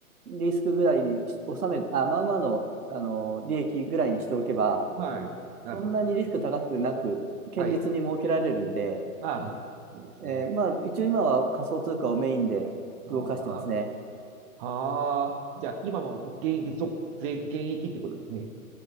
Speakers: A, on the right (about 75°); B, on the right (about 35°).
A: リスクぐらいにし収め、あ、まあまあの、あの利益ぐらいにしておけば、
B: はい。なるほど。
A: そんなにリスク高くなく、堅実に設けられるんで、
B: はい。ああ、いいですね、
A: えーまあ、
B: それ。
A: 一応今は仮想通貨をメインで動かしてますね。
B: ああ、ああ、じゃあ、今も現役続、ぜ現役ってことですね。